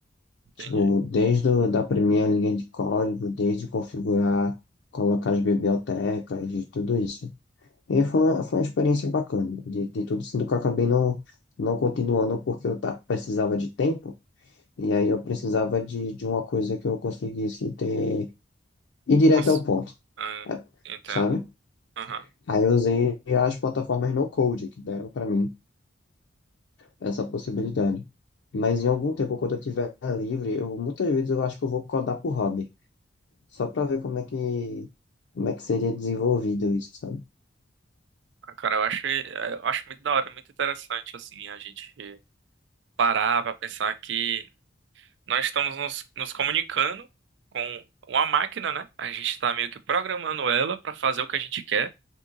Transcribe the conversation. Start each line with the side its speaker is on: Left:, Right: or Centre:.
Right: Entendi.
Left: Tipo, desde o- da primeira linha de código, desde configurar, colocar as bibliotecas, e tudo isso. E foi, foi uma experiência bacana, de, de tudo, sendo que eu acabei não, não continuando porque eu ta- precisava de tempo, e aí eu precisava de, de uma coisa que eu conseguisse ter, ir direto
Right: Nossa,
Left: ao ponto,
Right: ah,
Left: eh,
Right: entendo.
Left: sabe?
Right: Aham.
Left: Aí eu usei as plataformas no Code que deram pra mim essa possibilidade. Mas em algum tempo, quando eu tiver livre, eu muitas vezes eu acho que eu vou codar por hobby, só pra ver como é que como é que seria desenvolvido isso, sabe?
Right: Ah, Cara, eu acho, eu acho muito da hora, é muito interessante, assim, a gente parar pra pensar que nós estamos nos, nos comunicando com uma máquina, né? A gente tá meio que programando ela pra fazer o que a gente quer.